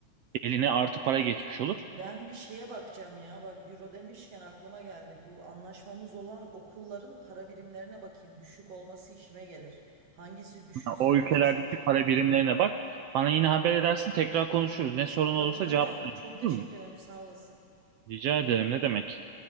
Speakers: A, on the right; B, on the right.
A: Eline artı para geçmiş olur.
B: Ben bir şeye bakacağım ya. Bak euro demişken aklıma geldi. Bu anlaşmamız olan okulların para birimlerine bakayım. Düşük olması işime gelir. Hangisi düşükse
A: Yani O
B: orayı
A: ülkelerdeki
B: seçeyim.
A: para birimlerine bak. Bana yine haber edersin. Tekrar konuşuruz. Ne sorun
B: Tabii
A: olursa
B: tabii.
A: cevaplarım.
B: Çok teşekkür
A: Olur mu?
B: ederim. Sağ olasın.
A: Rica ederim. Ne demek?